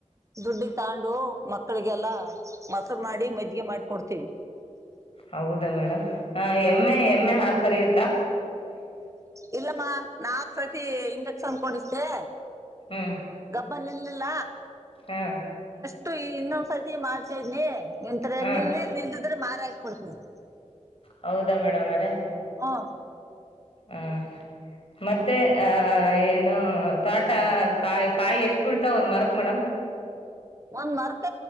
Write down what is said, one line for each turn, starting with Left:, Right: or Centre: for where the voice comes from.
Right: ದುಡ್ಡಿಗ ತಾಂಡು ಮಕ್ಕಳಿಗೆಲ್ಲಾ ಮೊಸರು ಮಾಡಿ ಮಜ್ಜಿಗೆ ಮಾಡಿಕೊಡ್ತಿವಿ
Left: ಹೌದಾ ಮೇಡಮ್ ಎಮ್ಮೆ ಎಮ್ಮೆ ಹಾಲ್ ಕರೆಯು
Right: ಇಲ್ಲಮ್ಮ ನಾಕ ಸತಿ ಇಂಜೆ ಕ್ಷೆನ್ ಕೊಡಸದೇ
Left: ಹ್ಮ್
Right: ಬಲ್ಲಿಲ್ಲಿಲ್ಲ
Left: ಹಾ
Right: ತ ಇನ್ನೊಂದ್ಸತಿ ಮಾಡ್ಸಿದ್ನಿ ನಿಂತ್ರ
Left: ಹಾ
Right: ನಿಲ್ಲೆ ನಿಲ್ಲದಿದ್ರ ಮಾತ್ ಪಡ್ತ <unintelligible>
Left: ಹೌದಾ ಮೇಡಮ್ ಅವ್ರೆ
Right: ಆ
Left: ಹಾ ಮತ್ತೆ ಅ ಏನು ತ್ವಾಟ ಕಾಯಿ ಕಾಯಿ ಎಷ್ಟ ಬೀಳ್ತಾವ ಒಂದ್ ಮರಕ್ ಮೇಡಮ್
Right: ಒಂದ್ ಮರ್ಕ